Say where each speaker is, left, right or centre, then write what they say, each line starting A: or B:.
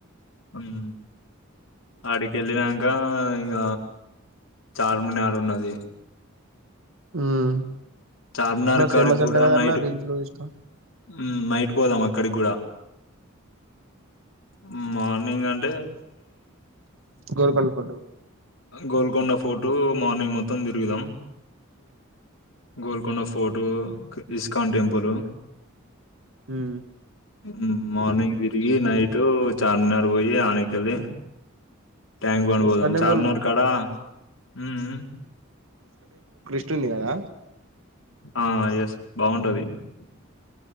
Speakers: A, on the left (about 70°); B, on the right (about 80°).
A: హ్మ్మ్ ఆడికి వెళ్ళినాక ఇక చార్మినార్ ఉన్నది
B: ఉమ్
A: చార్మినార్ కాడికి
B: ఫేమస్
A: కూడా
B: అంట కదన్న
A: నైట్
B: రీల్స్ లో చూసిన
A: హ్మ్మ్ నైట్ పోదాం అక్కడికి కూడా హ్మ్మ్ నేనగన్
B: గోల్పల్ ఫోటో
A: గోల్కొండ ఫోర్టు మార్నింగ్ మొత్తం తిరుగుదాం గోల్కొండ ఫోర్టు ఇస్కాన్ టెంపులు
B: ఉమ్
A: మ్మ్ మార్నింగ్ తిరిగి నైటు చార్మినార్ పోయి ఆనకెళ్ళి ట్యాంక్ బన్బోదు
B: ఇస్కాన్ టెంపుల్
A: చార్మినార్ కడా మ్మ్
B: ఇంతొ కదా
A: ఆ ఎస్ బాగుంటది మ్మ్ మ్మ్మ్